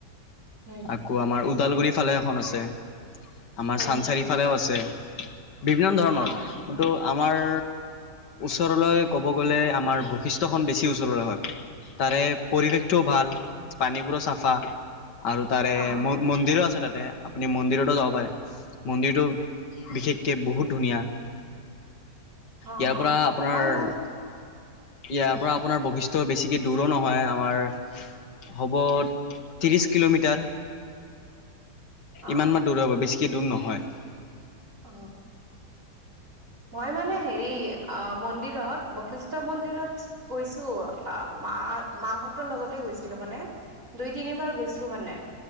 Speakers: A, on the right; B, on the left.
A: হুম
B: আকৌ আমাৰ ওদালগুৰি ফালে এখন আছে, আমাৰ
A: উম
B: চানচাৰিফালেও আছে। বিভিন্ন ধৰণৰ,
A: অ
B: যোনটো আমাৰ ওচৰলৈ ক'ব গ'লে, আমাৰ বৈশিষ্টখন বেছি ওচৰলৈ হয়। তাৰে পৰিৱেশটোও ভাল, পানীবোৰো চাফা আৰু তাৰে
A: অ
B: ম মন্দিৰো আছে তাতে, আপুনি মন্দিৰতো যাব পাৰে। মন্দিৰটো বিশেষকে বহুত ধুনীয়া।
A: অ
B: ইয়াৰ
A: অ
B: পৰা আপোনাৰ
A: মই মান
B: ইয়াৰ পৰা আপোনাৰ বৈশিষ্ট বেছিকে দূৰো নহয় আমাৰ হ'ব, ত্ৰিছ কিলোমিটাৰ।
A: অ
B: ইমান মান দূৰ হ'ব, বেছিকে দূৰ নহয়।
A: অ। মই মানে হেৰি, অ' মন্দিৰত, বশিষ্ট মন্দিৰত গৈছো আ মাৰ মাহঁতৰ লগতে গৈছিলো মানে। দুই তিনিবাৰ গৈছো মানে,